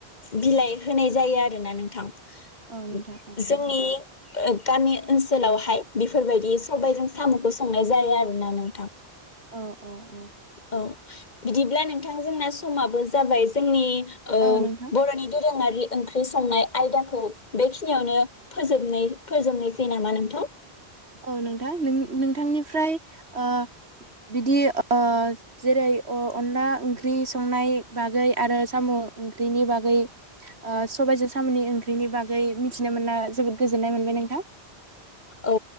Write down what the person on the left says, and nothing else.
बिलाइ होनाय जायो आरोना नोंथां उ
जोंनि ओ गामि ओनसोलावहाय बेफोरबायदि सबायजों सामखौ संनाय जायो आरोना नोंथां।
औ बिदिब्ला नोंथां जोंना समाबो जाबाय जोंनि ओ
बरनि दो दोरोङारि ओंख्रि संनाय आयदाखौ बेखिनियावनो फोजोबनाय फोजोबनोसै नामा नोंथां?
औ